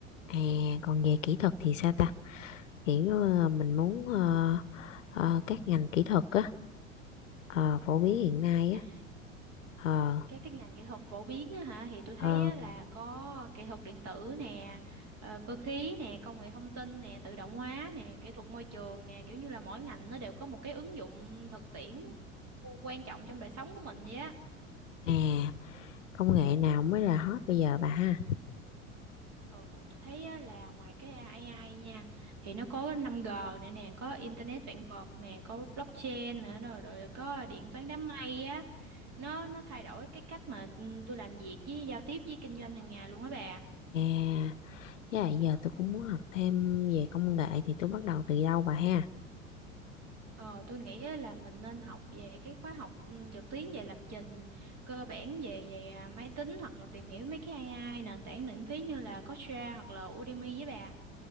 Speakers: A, on the left (about 70°); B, on the right (about 40°).
A: à còn về kỹ thuật thì sao ta kiểu ờ, mình muốn ờ, ờ, các ngành kỹ thuật á ờ, phổ biến hiện nay
B: à
A: á ờ
B: cái cái ngành kỹ thuật phổ biến á hả thì tôi thấy
A: ờ
B: á, là có kỹ thuật điện tử nè ờ, cơ khí nè công nghệ thông tin nè tự động hóa nè kỹ thuật môi trường nè kiểu như là mỗi ngành nó đều có một cái ứng dụng thực tiễn cu- quan trọng trong đời sống của mình vậy á
A: à công nghệ nào mới là hot bây giờ bà ha
B: ờ, tôi thấy á, là ngoài cái AI nha thì nó có năm g nữa nè có internet vạn vật nè có blockchain nữa rồi, rồi là có điện toán đám mây á nó nó thay đổi cái cách mà ừ, tôi làm việc với giao tiếp với kinh doanh hàng ngày luôn á bà
A: à với lại giờ tôi cũng muốn học thêm về công nghệ thì tôi bắt đầu từ đâu bà ha
B: Ờ, tôi nghĩ á là mình nên học về cái khóa học ừ, trực tuyến về lập trình cơ bản về về à, máy tính hoặc là tìm hiểu mấy cái AI nền tảng miễn phí như là Coursera hoặc là Udemy với bà.